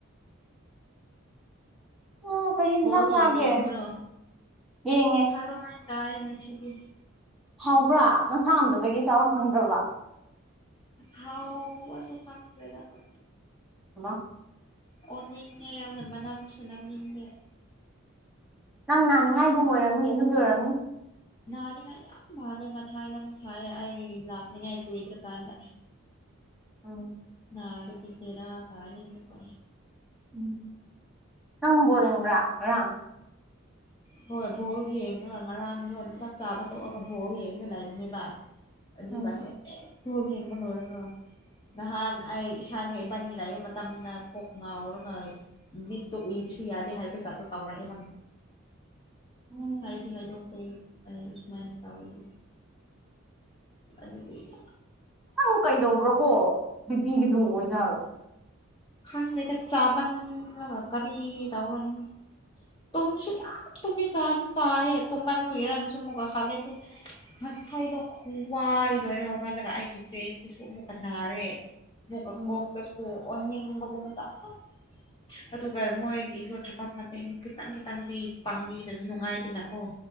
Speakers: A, in the centre; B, on the left.
A: ꯑꯣ ꯀꯔꯤ ꯌꯦꯟꯁꯥꯡ
B: ꯕꯣꯜ
A: ꯆꯥꯒꯦ
B: ꯌꯦꯡ ꯌꯦꯡꯕ꯭ꯔꯣ
A: ꯌꯦꯡꯉꯦ
B: ꯊꯔꯣꯏ ꯆꯥꯏꯑꯦ ꯉꯁꯤꯗꯤ
A: ꯍꯥꯎꯕ꯭ꯔꯥ ꯅꯁꯥ ꯉꯝꯗꯕꯒꯤ ꯆꯥꯐꯝ ꯈꯪꯗ꯭ꯔꯕ
B: ꯍꯥꯎꯕꯁꯨ ꯈꯪꯗ꯭ꯔꯦꯗ ꯈꯣꯏ
A: ꯏ <unintelligible>
B: ꯑꯣꯟꯅꯤꯡꯉꯦ ꯌꯥꯝꯅ ꯃꯅꯝꯁꯨ ꯅꯝꯅꯤꯡꯗꯦ
A: ꯅꯪ ꯅꯥꯅꯤꯡꯉꯥꯏꯒꯨꯝꯕ ꯑꯣꯏꯔꯝꯅꯤ ꯑꯗꯨꯒꯤ ꯑꯣꯏꯔꯝꯅꯤ
B: ꯅꯅꯤꯉꯥꯏ ꯌꯥꯝ ꯃꯥꯜꯂꯦ ꯃꯊꯥ ꯌꯥꯝ ꯁꯥꯏꯑꯦ ꯑꯩ ꯂꯥꯛꯅꯤꯡꯉꯥꯏ ꯀꯨꯏꯗ꯭ꯔ ꯀꯥꯟꯗ
A: ꯎꯝ
B: ꯅꯔꯗꯤ ꯕꯦꯔꯥ ꯀꯥꯅꯤꯅꯦ ꯀꯣ
A: ꯎꯝ ꯅꯪ ꯕꯣꯜ ꯌꯦꯡꯕ꯭ꯔꯥ ꯉꯔꯥꯡ
B: ꯍꯣꯏ ꯚꯣꯜ ꯌꯦꯡꯉꯒ ꯉꯔꯥꯡꯗꯣ ꯆꯥꯛ ꯆꯥꯕ ꯇꯣꯛꯑꯒ ꯚꯣꯜ ꯌꯦꯡꯉꯒ ꯂꯩꯕꯅꯦꯕ ꯑꯗꯨ
A: ꯎꯝ
B: ꯀꯥꯏꯅ <unintelligible> ꯌꯦꯡꯕ ꯂꯣꯏꯔꯒ ꯅꯍꯥꯟ ꯑꯩ ꯏꯁꯥꯟꯒ ꯏꯕꯥꯟꯅꯤ ꯂꯥꯛꯏꯕ ꯃꯇꯝꯗ ꯀꯣꯛ ꯉꯥꯎꯔꯒ ꯃꯤꯠꯇꯣ ꯎꯏꯕꯁꯨ ꯌꯥꯗꯦ ꯍꯥꯏꯕ ꯖꯥꯠꯇꯣ ꯇꯧꯔꯛꯑꯦꯕ
A: ꯎꯝ
B: ꯍꯥꯏꯗꯤ ꯍꯥꯏꯗꯣꯛ ꯀꯩ ꯑꯩ ꯁꯨꯃꯥꯏꯅ ꯇꯧꯋꯤꯗꯣ ꯑꯗꯨꯗ ꯀꯨꯏꯔꯦꯕ
A: ꯅꯪ ꯀꯩꯗꯧꯕ꯭ꯔꯣ ꯀꯣ ꯕꯤ ꯄꯤꯒ ꯂꯦ ꯑꯣꯏꯖꯥꯠꯂꯣ
B: ꯈꯪꯗꯦꯗ ꯆꯥꯃꯟꯂꯒ ꯀꯔꯤ ꯇꯧꯔ ꯈꯪꯗꯦ ꯇꯨꯝꯁꯨ ꯌꯥꯝ ꯇꯨꯝꯃꯦ ꯆꯥꯁꯨ ꯆꯥꯌꯦ ꯇꯨꯝꯃꯟꯕꯩꯔ ꯑꯃꯨꯛꯀꯁꯨ ꯈꯜꯂꯦ ꯉꯁꯥꯏꯗꯣ ꯈꯨꯋꯥꯔꯤ ꯂꯣꯏꯔꯦ ꯍꯧꯒꯜꯂꯒ ꯑꯩꯒꯤ ꯆꯦꯁꯇꯨꯁꯨ ꯑꯃꯨꯛꯀ ꯅꯥꯔꯦ ꯑꯃꯨꯛꯀꯥ
A: ꯎꯝ
B: ꯀꯣꯛꯇꯁꯨ ꯑꯣꯅꯤꯡꯕꯒꯨꯝꯅ ꯑꯁ ꯑꯗꯨꯒ ꯃꯣꯏꯒꯤꯁꯨ ꯊꯕꯛ ꯃꯇꯦꯡ ꯈꯤꯇꯪ ꯈꯤꯇꯪꯗꯤ ꯄꯥꯡꯕꯤꯗ꯭ꯔꯗꯤ ꯅꯨꯡꯉꯥꯏꯇꯦꯅꯀꯣ